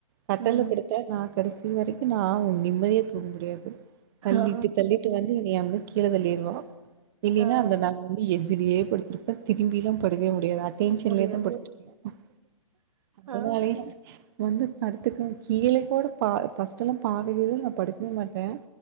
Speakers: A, on the right (about 40°); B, on the right (about 65°).
A: கட்டல்ல
B: ம்
A: படுக் த நா கடைசி வரைக்கு நா உன் நிம்மதியே தூங்க முடியாது தள்ளிட்டு
B: ஆ
A: தள்ளிட்டு வந் வந்து மேல இருந்து கீழ தள்ளிருவா இல்லைன்னா
B: ஆ
A: அந்த நாள் வந்து எஜ்ஜிலயே படுத்திருப்பே திரும்பியிலா படுகக்கவே முடியாது ஆ டென்ஷன்ல
B: முடியாது
A: தா படுத்துருப்பே அதனாலயே
B: ஆ
A: வந்து படுத்துக்கு கீழே கூட பா ஃபர்ஸ்ட் எல்லா பாதிலயே நா படுக்கவே மாட்டே